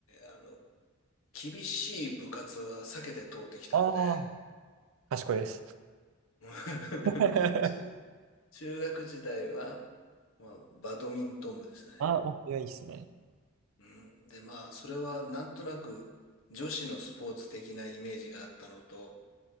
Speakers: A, on the left; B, on the right.
A: あの、厳しい部活は避けて通ってきたので、
B: ああー。賢いです。
A: うん <laughs>
B: <laughs>
A: 中、中学時代は、まあ、バドミントン部でしたね。
B: あおいや、いいっすね。
A: うん、で、まあ、それはなんとなく女子のスポーツ的なイメージがあったのと、